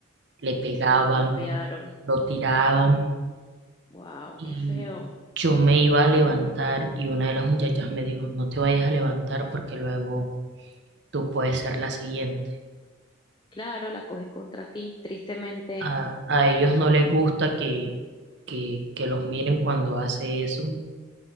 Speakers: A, on the right (about 60°); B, on the left (about 25°).
A: le pegaban,
B: Los golpearon.
A: lo tiraban
B: Wow,
A: y
B: qué feo.
A: yo me iba a levantar y una de las muchachas me dijo, no te vayas a levantar porque luego tú puedes ser la siguiente.
B: Claro, la cogen contra ti. Tristemente,
A: A, a ellos no les gusta que, que, que los miren cuando hace eso.